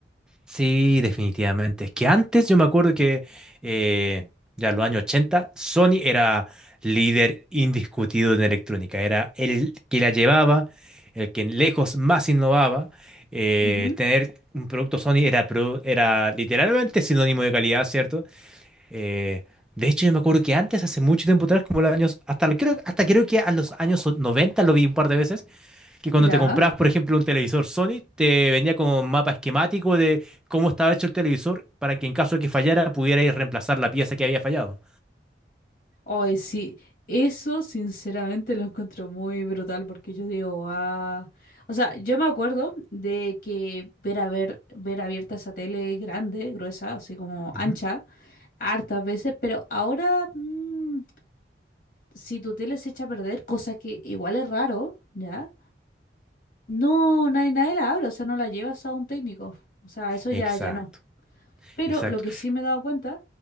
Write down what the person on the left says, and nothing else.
Ujú,
Ya.
Hoy sí, eso sinceramente lo encuentro muy brutal porque yo digo, ah. O sea, yo me acuerdo de que ver a ver, ver abierta esa tele grande, gruesa, así como ancha,
hartas veces, pero ahora mm, si tu tele se echa a perder, cosa que igual es raro, ¿ya? No, nadie, nadie la abre, o sea, no la llevas a un técnico. O sea, eso ya,
ya no. Pero
lo que sí me he dado cuenta